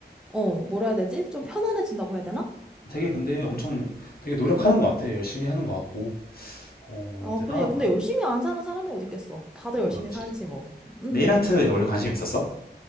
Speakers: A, in the centre; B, on the left (about 60°).
A: 어, 뭐라 해야 되지? 좀 편안해진다고 해야 되나?
B: 되게 근데 엄청 되게 노력하는
A: 음.
B: 것 같아. 열심히 하는 것 같고. 어,
A: 아,
B: 대단한걸?
A: 그래. 야, 근데 열심히 안 사는 사람이 어디 있겠어. 다들
B: 그런
A: 열심히
B: 거 같지.
A: 살지, 뭐. 음.
B: 네일 아트에 원래 관심이 있었어?